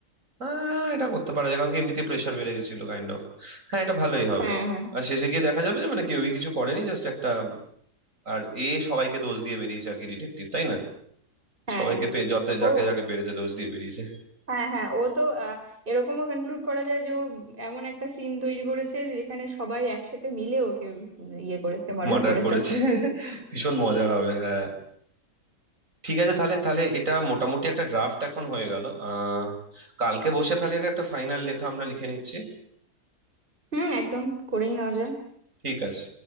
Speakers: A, on the right; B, on the right.
A: হ্যাঁ এটা করতে পারা যায় কারণ কি এমনিতে প্রেশার বেড়ে গেছিল কাইন্ড অফ হ্যাঁ এটা ভালোই হবে
B: হ্যাঁ
A: আর শেষে গিয়ে দেখা যাবে যে মানে কেউই কিছু করেনি জাস্ট একটা আর এ সবাইকে দোষ দিয়ে বেরিয়েছে আর কি ডিটেকটিভ তাই না
B: হ্যাঁ
A: সবাইকে
B: হ্যাঁ
A: পে যত যাকে
B: ও
A: যাকে পেরেছে দোষ দিয়ে বেরিয়েছে
B: হ্যাঁ হ্যাঁ ও তো আহ, এরকমও কনক্লুড করা যায় যে ও এমন একটা সিন তৈরি করেছে যে যেখানে সবাই একসাথে মিলে ওকে ইয়ে করেছে মার্ডার
A: মার্ডার
B: করেছে
A: করেছে ভীষণ মজার হবে হ্যাঁ ঠিক আছে তাহলে তাহলে এটা মোটামুটি একটা ড্রাফট এখন হয়ে গেল আহ কালকে বসে তাহলে এটা একটা ফাইনাল লেখা আমরা লিখে নিচ্ছি
B: হুম একদম করেই নেওয়া যায়
A: ঠিক আছে